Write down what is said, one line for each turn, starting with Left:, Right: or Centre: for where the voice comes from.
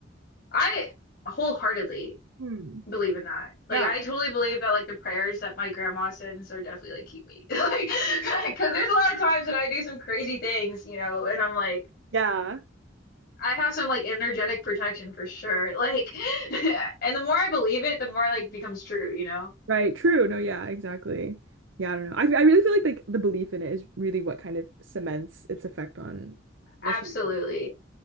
Left: I wholeheartedly.
Right: Hmm.
Left: believe in that. Like
Right: Yeah.
Left: I totally believe that like the prayers that my grandma sends are definitely like keep me. <laughs> Like because there's a lot of times that I do some crazy things, you know, and I'm like
Right: Yeah.
Left: I have some like energetic protection for sure. Like <laughs> and the more I believe it, the more like becomes true, you know?
Right: Right, true. No, yeah, exactly. Yeah, I don't know. I, I really feel like like the belief in it is really what kind of cements its effect on, I
Left: Absolutely.
Right: guess, <laughs> you-